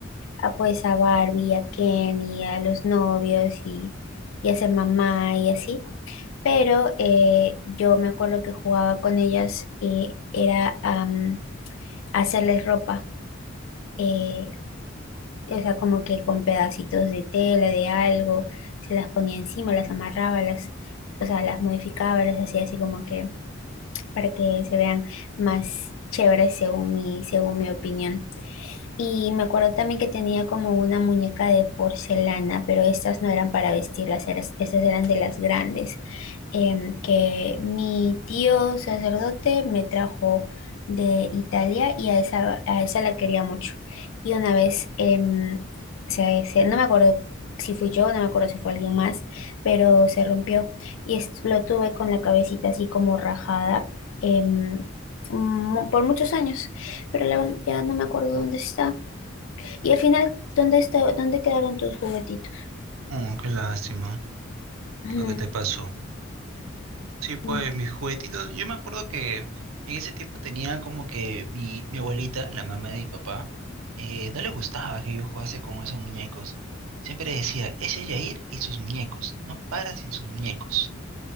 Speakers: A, on the left; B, on the right.
A: a, pues a Barbie, a Kenny, a los novios y, y a ser mamá y así. Pero eh, yo me acuerdo que jugaba con ellas y era am, hacerles ropa, eh, o sea, como que con pedacitos de tela, de algo, se las ponía encima, las amarraba, las, o sea, las modificaba, las hacía así como que para que se vean más chéveres según mi, según mi opinión. Y me acuerdo también que tenía como una muñeca de porcelana, pero estas no eran para vestirlas, eras- estas eran de las grandes, em, que mi tío sacerdote me trajo de Italia y a esa, a esa la quería mucho. Y una vez, em, se- se- no me acuerdo si fui yo, no me acuerdo si fue alguien más, pero se rompió y es- lo tuve con la cabecita así como rajada em, mu- por muchos años pero la verdad ya no me acuerdo dónde está. Y al final, ¿dónde está, dónde quedaron tus juguetitos?
B: Oh, qué lástima
A: Ujú.
B: lo que te pasó. Sí, pues
A: Mm.
B: mis juguetitos, yo me acuerdo que en ese tiempo tenía como que mi, mi abuelita, la mamá de mi papá, eh, no le gustaba que yo jugase con esos muñecos. Siempre decía, ese Yair y sus muñecos, no para sin sus muñecos.